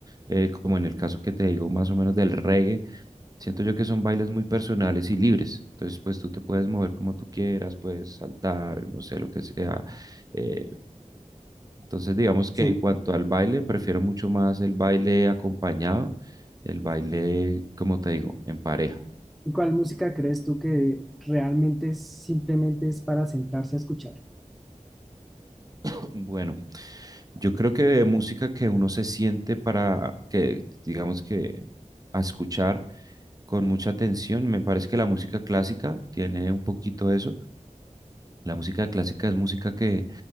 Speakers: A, on the right (about 30°); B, in the centre.
A: eh, como en el caso que te digo, más o menos del reggae, siento yo que son bailes muy personales y libres. Entonces, pues tú te puedes mover como tú quieras, puedes saltar, no sé, lo que sea, eh, entonces, digamos
B: sí.
A: que en cuanto al baile, prefiero mucho más el baile acompañado, el baile, como te digo, en pareja.
B: ¿Y cuál música crees tú que realmente es- simplemente es para sentarse a escuchar?
A: <clears throat> Bueno, yo creo que música que uno se siente para que, digamos que, a escuchar con mucha atención, me parece que la música clásica tiene un poquito eso, La música clásica es música que,